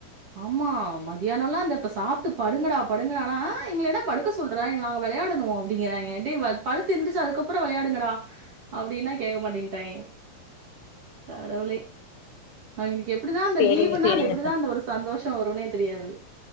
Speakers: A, on the right; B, on the left.
A: ஆமா மதியானோலா இந்த இப்ப சாப்டு படுங்கடா படுங்கடானா எங்கள இன்ன படுக்க சொல்றாய்ங்க நாங்க வெளயாடனு அப்டிங்கிறாய்ங்க டேய் படுத்து எந்திரிச்சு அதுக்கு அப்புற விளையாடுங்கடா அப்டினா கேக்க மாட்டேன்டாய்ங்க கடவுளே அவிய்ங்களுக்கு எப்டிதா அந்த
B: சேரிங்க
A: லீவுன்னா
B: சேரிங்க
A: அந்த எப்டிதா
B: ச
A: அந்த ஒரு சந்தோஷ வருனே தெரியாது